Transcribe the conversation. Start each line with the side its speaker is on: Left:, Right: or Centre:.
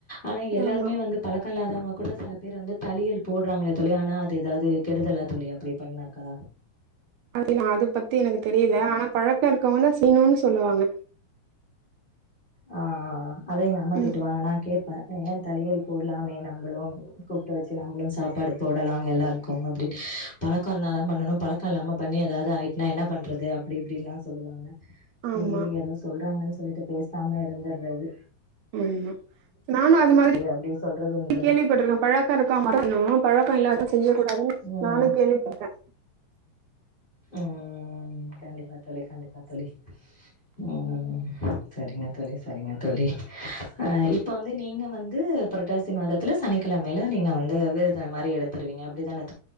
Left: ஆனா எல்லாருமே
Right: ஆமா
Left: வந்து பலக்கோ இல்லாதவங்க கூட சில பேர் வந்து தளியல் போடுறாங்களே தோழி ஆனா அது ஏதாது கெடுதலா தோழி அப்டி பண்ணாக்கா
Right: இல்ல அது பத்தி எனக்கு தெரில ஆனா பழ க்கம் இருக்கங்கன்னா செய்யணு சொல்லுவாங்க
Left: ஹா ஆ அதா எங்க அம்மா திட்டு
Right: ம்
Left: வாங்க நா கேப்ப ஏன் தலியல் போட்லாமே நம்பளு கூப்டு வெச்சு நம்மளு சாப்பாடு போடலாம் எல்லாருக்கோ அப்டினு பலோக்கோ இருந்தா தா பண்ணனோ பலக்கோ இல்லாம பண்ணி எதாவது ஆயிட்னா என்ன பண்றது அப்டி இப்டி லா சொல்லுவாங்க சேரி
Right: ஆமா
Left: ஏதோ சொல்றாங்கன்னு சொல்லிட்டு பேசாம இருந்துட்றது
Right: ம் ம் நானு அது மாரி
Left: அப்டி சொல்றது உண்டு
Right: கேள்விப்பட்டிக்கற பழக்கோ இருக்கவங்கோ மட்டோ பன்னோ பழக்கோ இல்லாதவங்க செய்யக் கூடாதுன்னு
Left: ம்
Right: நானு கேள்விப்பட்டிருக்க
Left: உஹம் கண்டிப்பா தோழி கண்டிப்பா பா தோழி ம் சரிங்க தோழி சரிங்க தோழி ஆஹ் இப்ப வந்து நீங்க வந்து புரட்டாசி மாதோ தில சனிக்கிழமையில நீங்க வந்து விரதோ மாரி எடுத்திருவீங்க அப்டித்தானே